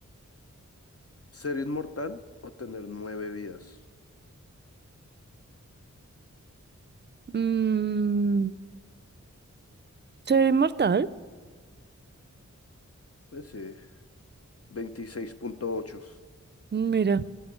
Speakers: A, on the left; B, on the right.
A: ¿Ser inmortal o tener nueve vidas?
B: Mm, ser inmortal.
A: Pues sí, veintiséis punto ocho
B: Mira,